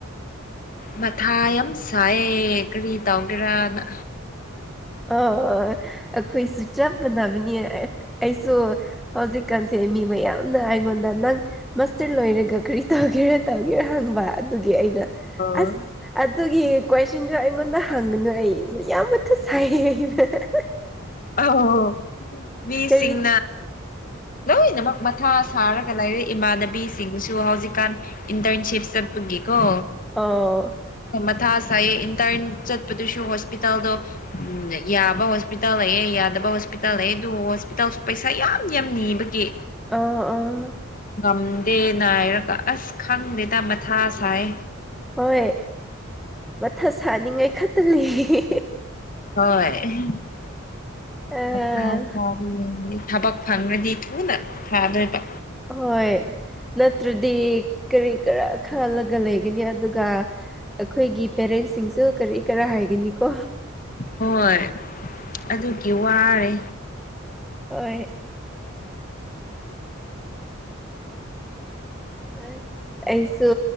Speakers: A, on the left; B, in the centre.
A: ꯃꯊꯥ ꯌꯥꯝ ꯁꯥꯏꯌꯦ ꯀꯔꯤ ꯇꯧꯒꯦꯔꯅ
B: ꯑ ꯑꯩꯈꯣꯏꯁꯨ ꯆꯞ ꯃꯥꯟꯅꯕꯅꯤ ꯁꯨ ꯍꯧꯖꯤꯛꯀꯥꯟꯁꯦ ꯃꯤ ꯃꯌꯥꯝꯅ ꯑꯩꯉꯣꯟꯗ ꯅꯪ ꯃꯥꯁꯇꯔ ꯂꯣꯏꯔꯦꯒ ꯀꯔꯤ ꯇꯧꯒꯦꯔ ꯇꯧꯒꯦꯔꯥ ꯍꯪꯕ ꯑꯗꯨꯒꯤ ꯑꯩꯅ
A: ꯑꯥ
B: ꯑꯁ ꯑꯗꯨꯒꯤ ꯀꯣꯏꯁꯟꯗꯨ ꯑꯩꯉꯣꯟꯗ ꯍꯪꯒꯅꯨ ꯑꯩ ꯌꯥꯝ ꯃꯊꯥ <unintelligible>
A: ꯑꯧ ꯃꯤꯁꯤꯡꯅ
B: ꯀꯔꯤ
A: ꯂꯣꯏꯅꯃꯛ ꯃꯊꯥ ꯁꯥꯔꯒ ꯂꯩꯥꯏꯔꯤ ꯏꯃꯥꯟꯅꯕꯤꯁꯤꯡꯁꯨ ꯍꯧꯖꯤꯛꯀꯥꯟ ꯏꯟꯇꯔꯟꯁꯤꯞ ꯆꯠꯄꯒꯤꯀꯣ
B: <unintelligible>
A: ꯃꯊꯥ ꯁꯥꯏꯌꯦ ꯏꯟꯇꯟ ꯆꯠꯄꯗꯨꯁꯨ ꯍꯣꯁꯄꯤꯇꯥꯜꯗꯣ ꯎꯝ ꯌꯥꯕ ꯍꯣꯁꯄꯤꯇꯥꯜ ꯂꯩꯌꯦ ꯌꯥꯗꯕ ꯍꯣꯁꯄꯤꯇꯥꯜ ꯂꯩꯌꯦ ꯑꯗꯨ ꯍꯣꯁꯄꯤꯇꯥꯜꯁꯨ ꯄꯩꯁꯥ ꯌꯥꯝ ꯌꯥꯝ ꯅꯤꯕꯒꯤ
B: ꯑꯥ ꯑꯥ
A: ꯉꯝꯗꯦ ꯅꯥꯏꯔꯒ ꯑꯁ ꯈꯪꯗꯦꯗ ꯃꯊꯥ ꯁꯥꯏ
B: ꯍꯣꯏ ꯃꯊꯥ ꯁꯥꯅꯤꯡꯉꯥꯏ ꯈꯛꯇ ꯂꯩ
A: ꯍꯣꯏ <unintelligible>
B: ꯑꯥ
A: ꯊꯕꯛ ꯐꯪꯉꯗꯤ ꯊꯨꯅ ꯐꯗꯣꯏꯕ
B: ꯍꯣꯏ ꯅꯠꯇ꯭ꯔꯗꯤ ꯀꯔꯤ ꯀꯔ ꯈꯜꯂꯒ ꯂꯩꯒꯅꯤ ꯑꯗꯨꯒ ꯑꯩꯈꯣꯏꯒꯤ ꯄꯦꯔꯦꯟꯁꯁꯤꯡꯁꯨ ꯀꯔꯤ ꯀꯔꯥ ꯍꯥꯏꯒꯅꯤꯀꯣ
A: ꯍꯣꯏ ꯑꯗꯨꯒꯤ ꯋꯥꯔꯦ
B: ꯍꯣꯏ <unintelligible> ꯑꯩꯁꯨ